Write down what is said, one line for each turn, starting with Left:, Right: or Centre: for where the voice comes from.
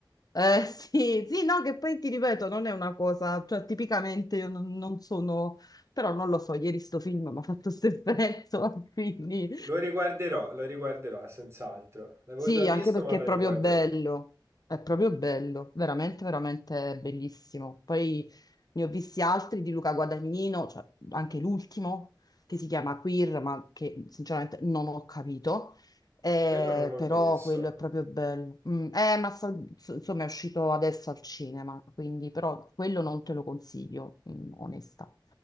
Left: Eh, sì, sì, no, che poi ti ripeto, non è una cosa, cioè tipicamente io non, non sono, però non lo so, ieri sto film mi ha fatto questo effetto, <laughs> quindi
Right: Lo riguarderò, lo riguarderò, senz'altro. L'avevo
Left: sì,
Right: già visto,
Left: anche perché
Right: ma lo
Left: è proprio
Right: riguarderò.
Left: bello, è proprio bello, veramente, veramente bellissimo. Poi ne ho visti altri di Luca Guadagnino, cioè anche l'ultimo, che si chiama Queer, ma che sinceramente non ho capito, Eh,
Right: Quello non l'ho
Left: però
Right: visto.
Left: quello è proprio bello. Mm, eh, ma sa- ins- insomma è uscito adesso al cinema, quindi però quello non te lo consiglio, mm, onesta.